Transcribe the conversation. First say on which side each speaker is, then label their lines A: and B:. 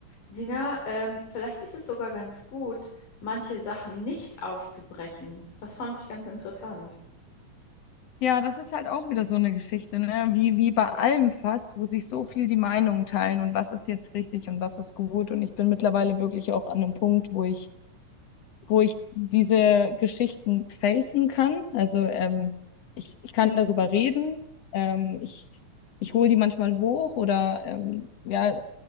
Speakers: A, on the left (about 90°); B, on the left (about 55°).
A: Sina, ähm, vielleicht ist es sogar ganz gut, manche Sachen nicht aufzubrechen. Das fand ich ganz interessant.
B: Ja, das ist halt auch wieder so eine Geschichte, ne? Wie, wie bei allem fast, wo sich so viel die Meinungen teilen und was ist jetzt richtig und was ist gut. Und ich bin mittlerweile wirklich auch an einem Punkt, wo ich wo ich diese Geschichten facen kann. Also ähm, ich, ich kann darüber
A: Hm.
B: reden. Ähm, ich ich hole die manchmal hoch oder ähm, ja,